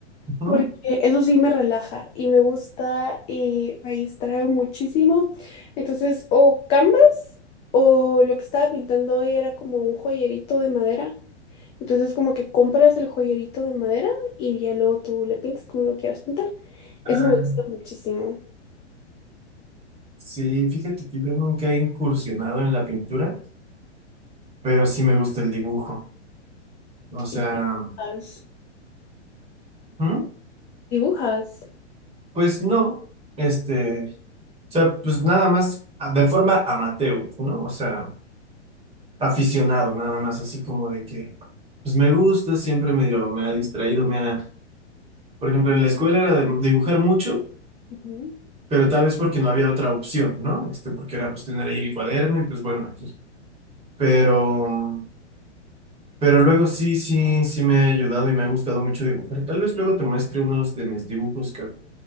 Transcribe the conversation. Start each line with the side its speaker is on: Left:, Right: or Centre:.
Right: Ujú.
Left: porque eso sí me relaja y me gusta y me distrae muchísimo. Entonces, o canvas o lo que estaba pintando hoy era como un joyerito de madera. Entonces, como que compras el joyerito de madera y ya luego tú le pintas como lo quieras pintar. Eso
Right: Ah,
Left: me gusta muchísimo.
Right: sí, fíjate que yo nunca he incursionado en la pintura, pero sí me gusta el dibujo. O sea,
Left: Y dibujas,
Right: ¿mm?
Left: dibujas.
Right: pues no, este, o sea, pues nada más a- de forma amateur, ¿no? O sea, aficionado, nada más así como de que, pues me gusta, siempre medio me ha distraído, me ha, por ejemplo, en la escuela era de dibujar mucho.
Left: Ujú.
Right: pero tal vez porque no había otra opción, ¿no? Este, porque era pues tener ahí el cuaderno y pues bueno, aquí. Pero, pero luego sí, sí, sí me ha ayudado y me ha gustado mucho dibujar. Tal vez luego te muestre unos de mis dibujos que...